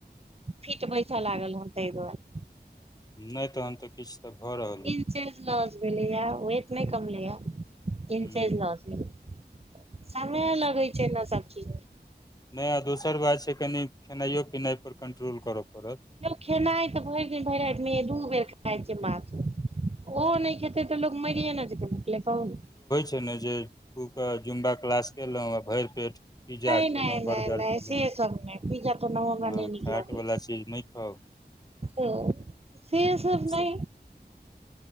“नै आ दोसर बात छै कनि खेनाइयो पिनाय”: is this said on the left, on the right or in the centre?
Left